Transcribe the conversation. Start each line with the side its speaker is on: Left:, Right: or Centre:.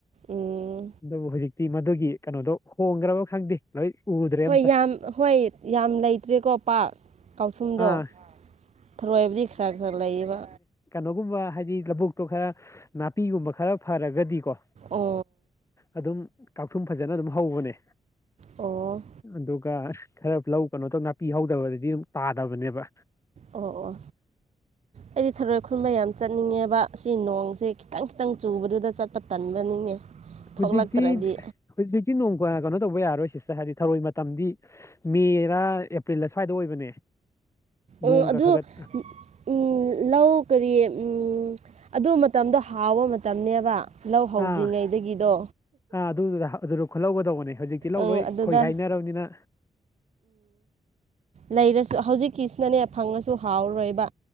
Right: ꯎꯝ
Left: ꯑꯗꯨꯕꯨ ꯍꯧꯖꯤꯛꯇꯤ ꯃꯗꯨꯒꯤ ꯀꯩꯅꯣꯗꯣ ꯍꯣꯡꯈ꯭ꯔꯕ ꯈꯪꯗꯦ ꯂꯣꯏ ꯎꯗ꯭ꯔꯦ
Right: ꯍꯣꯏ
Left: ꯑꯝꯇ
Right: ꯌꯥꯝ ꯍꯣꯏ ꯌꯥꯝ ꯂꯩꯇ꯭ꯔꯦꯀꯣ ꯄꯥꯛ ꯀꯥꯎꯁꯨꯝꯗꯣ
Left: ꯑꯥ
Right: ꯊꯔꯣꯏꯕꯗꯤ ꯈꯔ ꯈꯔ ꯂꯩꯌꯦꯕ
Left: ꯑꯗꯨꯒꯨꯝꯕ ꯍꯥꯏꯗꯤ ꯂꯧꯕꯨꯛꯇꯣ ꯈꯔ ꯅꯥꯄꯤꯒꯨꯝꯕ ꯈꯔ ꯐꯔꯒꯗꯤꯀꯣ
Right: ꯑꯣ
Left: ꯑꯗꯨꯝ ꯀꯥꯛꯊꯨꯝ ꯐꯖꯅ ꯑꯗꯨꯝ ꯍꯧꯕꯅꯦ
Right: ꯑꯣ
Left: ꯑꯗꯨꯒ ꯈꯔ ꯂꯧ ꯀꯩꯅꯣ ꯇꯧ ꯅꯥꯄꯤ ꯍꯧꯗꯕꯗꯗꯤ ꯑꯗꯨꯝ ꯇꯥꯗꯕꯅꯦꯕ
Right: ꯑꯣ ꯑꯣ ꯑꯩꯗꯤ ꯊꯔꯣꯏ ꯈꯨꯟꯕ ꯌꯥꯝ ꯆꯠꯅꯤꯡꯉꯦꯕ ꯑꯁꯤ ꯅꯣꯡꯁꯦ ꯈꯤꯇꯪ ꯈꯤꯇꯪ ꯆꯨꯕꯗꯨꯗ ꯆꯠꯄ ꯇꯟꯕꯅꯤꯅꯦ
Left: ꯍꯧꯖꯤꯛꯇꯤ
Right: ꯊꯣꯛꯂꯛꯇ꯭ꯔꯗꯤ
Left: ꯍꯧꯖꯤꯛꯇꯤ ꯅꯣꯡ ꯀꯩꯅꯣ ꯇꯧꯕ ꯌꯥꯔꯣꯏ ꯁꯤꯁꯇꯔ ꯍꯥꯏꯗꯤ ꯊꯧꯔꯣꯏ ꯃꯇꯝꯗꯤ ꯃꯦꯔ ꯑꯦꯄ꯭ꯔꯤꯜꯗ ꯁ꯭ꯋꯥꯏꯗ ꯑꯣꯏꯕꯅꯦ ꯅꯣꯡꯒ
Right: ꯎ ꯑꯗꯨ
Left: ꯈꯒꯠ
Right: ꯎꯝ ꯂꯧ ꯀꯔꯤ ꯎꯝ ꯑꯗꯨ ꯃꯇꯝꯗꯣ ꯍꯥꯎꯕ ꯃꯇꯝꯅꯦꯕ ꯂꯧ ꯍꯧꯗ꯭ꯔꯤꯉꯩꯗꯒꯤꯗꯣ
Left: ꯑꯥ ꯑꯥ ꯑꯗꯨꯗꯨꯗ ꯑꯗꯨꯗ ꯈꯨꯠꯍꯧꯒꯗꯧꯕꯅꯦ ꯍꯧꯖꯤꯛꯇꯤ ꯂꯧ
Right: ꯑꯪ
Left: ꯂꯣꯏ
Right: ꯑꯗꯨꯗ
Left: ꯈꯣꯏꯒꯥꯏꯅꯔꯕꯅꯤꯅ
Right: ꯂꯩꯔꯁꯨ ꯍꯧꯖꯤꯛꯀꯤꯁꯤꯅꯅꯦ ꯐꯪꯉꯁꯨ ꯍꯥꯎꯔꯣꯏꯕ